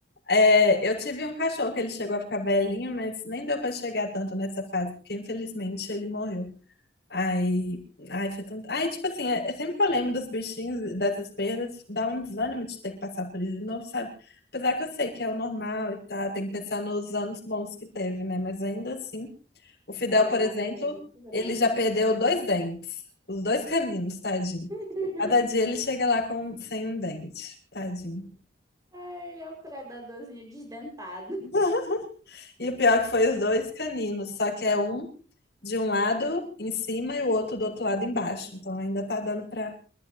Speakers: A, on the left (about 60°); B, on the right (about 20°).
A: É, eu tive um cachorro que ele chegou a ficar velhinho, mas nem deu para chegar tanto nessa fase, porque infelizmente ele morreu. Aí, ai, foi tão. Aí, tipo assim, é, é sempre que eu lembro dos bichinhos, e dessas perdas, dá um desânimo de ter que passar por isso de novo, sabe? Apesar que eu sei que é o normal e tá tem que pensar nos anos bons que teve, né? Mas ainda assim, o Fidel,
B: né? Ainda
A: por
B: é uma
A: exemplo,
B: perda muito grande.
A: ele já perdeu dois dentes, os dois caninos, tadinho.
B: <laughs>
A: Cada dia ele chega lá com, sem um dente, tadinho.
B: Ai, ele é um predadorzinho desdentado.
A: <laughs> E o pior é que foi os dois caninos, só que é um de um lado em cima e o outro do outro lado embaixo.
B: Aham.
A: Então ainda tá dando pra.